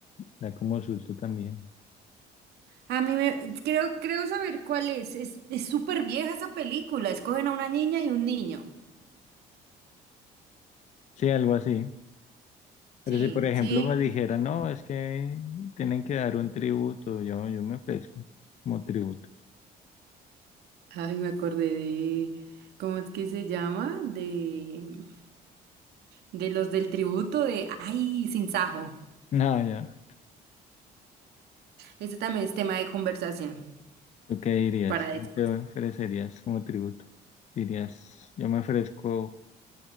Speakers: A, on the left (about 45°); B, on the right (about 75°).
A: da como susto también.
B: A mí me creo, creo saber cuál es. Es, es súper vieja esa película. Escogen a una niña y un niño.
A: Sí, algo así. Pero
B: Sí,
A: si por ejemplo
B: sí.
A: me dijera no, es que tienen que dar un tributo, yo, yo me ofrezco como tributo.
B: Ay, me acordé de, ¿cómo es que se llama? De, de los del tributo de, ay, Sinsajo.
A: No, ya.
B: Ese también es tema de conversación.
A: ¿Tú qué dirías?
B: para después.
A: ¿Te ofrecerías como tributo? Dirías, yo me ofrezco